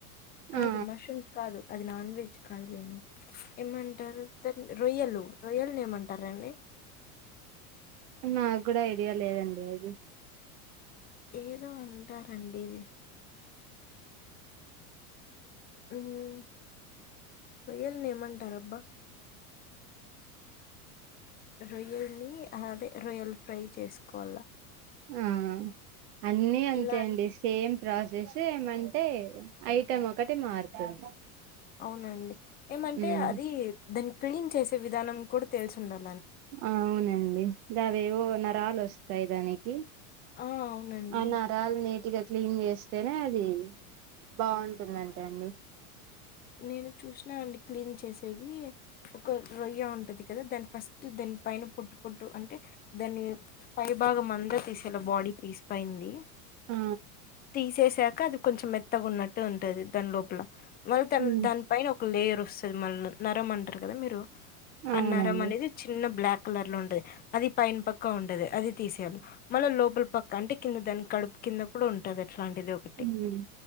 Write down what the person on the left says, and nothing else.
కాదు
మష్రూమ్స్ కాదు అది నాన్ వెజ్ కాదులేండి ఏమంటారు రొయ్యలు ని ఏమంటారండి
ఏదో అంటారండి ఉమ్మ్ రొయ్యలిని ఏమంటారబ్బా రొయ్యల్ ని అదే రొయ్యల్ ఫ్రై చేసుకోవాలా
ఇలా అన్-
అవునా అండి ఏమంటే
అది దాన్ని క్లీన్ చేసే విధానం కూడా తెలిసి ఉండాలి
ఆ అవునండి
నేను చూసినా అండి క్లీన్ చేసేది ఒక రొయ్య ఉంటది కదా దాని ఫస్ట్ తెలు ద పైన పుట్టు పుట్టు అంటే దాన్ని పై బాగం మంద తీసేలా బాడీ పీస్ పైంది
తీసేసాక అది కొంచెం మెత్తగ ఉన్నట్టు ఉంటది దాని లోపల త
దాని పైన ఒక లేయర్ వస్తుంది మళ్ళ నరం అంటారు కదా మీరు
ఆ నరం అనేది చిన్న బ్లాక్ కలర్ లో ఉంటది అది పైన పక్క ఉంటది అది తీసేయాలి మళ్ళీ లోపల పక్క అంటే కింద దాని కడుపు కింద కూడా ఉంటది అట్లాంటిది ఒకటి